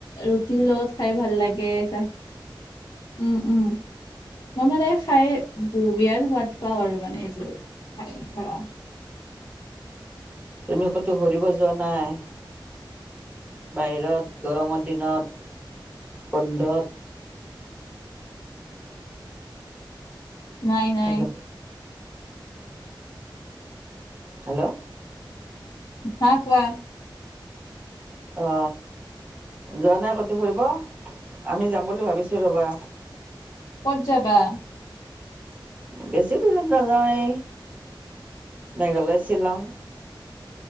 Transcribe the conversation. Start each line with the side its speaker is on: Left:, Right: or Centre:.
Left: ৰুটিৰ লগত খাই ভাল লাগে তা উম- উম। মই মানে খাই বিৰাট সোৱাদ পাওঁ আৰু মানে এইবোৰ খাই ধৰা।
Right: তুমি ক'তো ঘূৰিব যোৱা নাই? বাহিৰত গৰমৰ দিনত বন্ধত?
Left: নাই-নাই
Right: হেল্ল' হেল্ল'
Left: হা কোৱা?
Right: অ, যোৱা নাই ক'ত ফুৰিব আমি যাম বুলি ভাবিছো ৰ'বা।
Left: ক'ত যাবা?
Right: বেছি দূৰত নাযাওঁ এ মেঘালয় শ্বিলং।